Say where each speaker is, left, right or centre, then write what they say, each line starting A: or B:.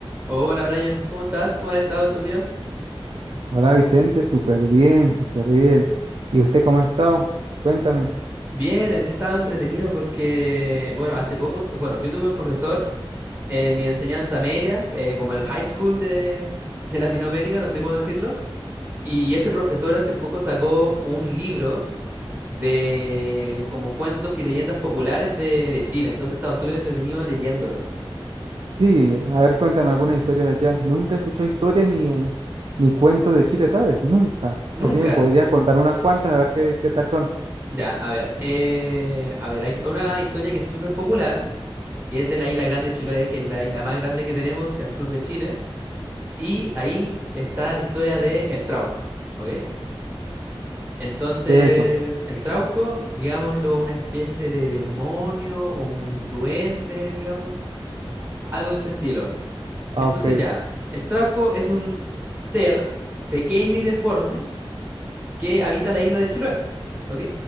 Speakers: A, on the right; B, on the right.
A: Hola Brian, ¿cómo estás? ¿Cómo has estado estos días?
B: Hola Vicente, súper bien, súper bien. ¿Y usted cómo ha estado? Cuéntame.
A: Bien, he estado entretenido porque, bueno, hace poco, bueno, yo tuve un profesor en mi enseñanza media, eh, como el high school de, de Latinoamérica, no sé cómo decirlo, y ese profesor hace poco sacó un libro de como cuentos y leyendas populares de, de Chile, entonces he estado súper entretenido leyéndolo.
B: Sí, a ver, cuéntame alguna historia de allá. Nunca he escuchado historia ni, eh, ni cuentos de Chile, ¿sabes? Nunca.
A: Nunca.
B: Así me podrías contar unas cuantas, a ver qué, qué tal son.
A: Ya, a ver, eh, a ver, hay una historia que es súper popular que es de la isla Grande de Chiloé, que es la isla más grande que tenemos, que al sur de Chile. Y ahí está la historia de el Trauco, ¿ok? Entonces,
B: ¿Qué es eso?
A: el Trauco, digámoslo, una especie de demonio o un duende, digamos, algo de ese estilo.
B: Ah,
A: Entonces
B: ok.
A: ya, el Trauco es un ser pequeño y deforme que habita la isla de Chiloé, ¿ok?